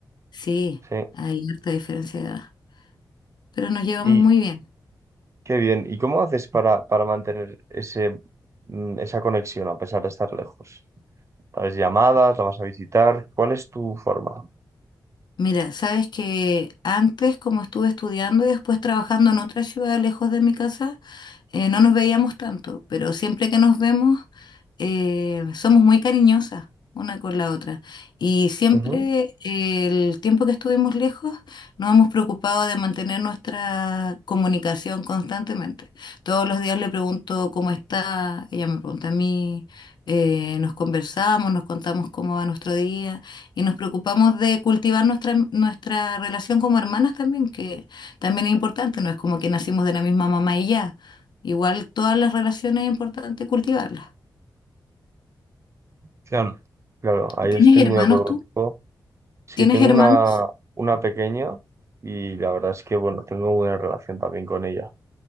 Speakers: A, on the left (about 70°); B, on the right (about 40°).
A: Sí,
B: Sí.
A: hay harta diferencia de edad, pero nos llevamos
B: Y
A: muy bien.
B: qué bien. ¿Y cómo haces para, para mantener ese, mm, esa conexión a pesar de estar lejos? ¿Haces llamadas? ¿La vas a visitar? ¿Cuál es tu forma?
A: Mira, sabes que antes, como estuve estudiando y después trabajando en otra ciudad lejos de mi casa, eh, no nos veíamos tanto, pero siempre que nos vemos, eh, somos muy cariñosas una con la otra. Y siempre
B: Ujú,
A: eh, el tiempo que estuvimos lejos, nos hemos preocupado de mantener nuestra comunicación constantemente. Todos los días le pregunto cómo está, ella me pregunta a mí, eh, nos conversamos, nos contamos cómo va nuestro día. Y nos preocupamos de cultivar nuestra, nuestra relación como hermanas también, que también es importante, no es como que nacimos de la misma mamá y ya. Igual todas las relaciones es importante cultivarlas.
B: Claro. Claro, ahí
A: ¿Tienes
B: estoy
A: hermanos
B: muy de acuerdo contigo.
A: tú?
B: Sí,
A: ¿Tienes
B: tengo
A: hermanos?
B: una, una pequeña y la verdad es que, bueno, tengo buena relación también con ella.